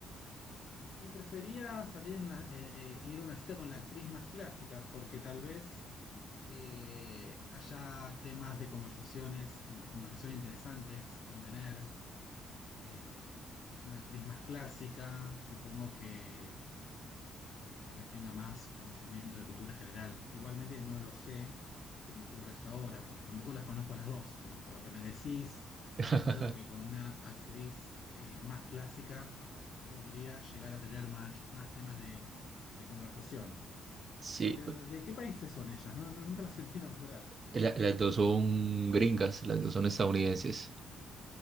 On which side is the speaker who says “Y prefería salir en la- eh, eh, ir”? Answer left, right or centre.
Left